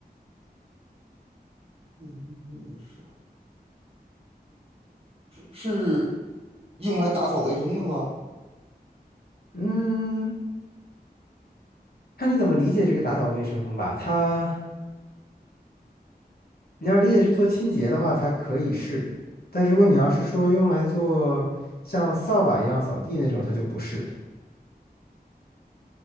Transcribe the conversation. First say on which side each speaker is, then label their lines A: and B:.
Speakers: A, on the right; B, on the left.
A: 越用越少，是用来打扫卫生的吗？
B: 嗯，看你怎么理解这个打扫卫生吧。它你要理解是做清洁的话，它可以是，但如果你要是说用来做像扫把一样扫地那种，它就不是。